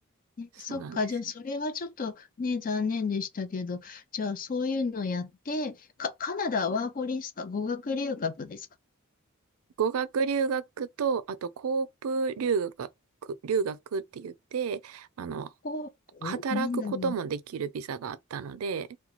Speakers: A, on the left (about 40°); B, on the right (about 80°).
A: ねそっか、
B: そうなんです。
A: じゃあそれはちょっとね、残念でしたけど、じゃあそういうのやって、か、カナダワーホリですか語学留学ですか
B: 語学留学と、あとコープ留学、留学って言って、あの、
A: ホープなんだろう。
B: 働くこともできるビザがあったので、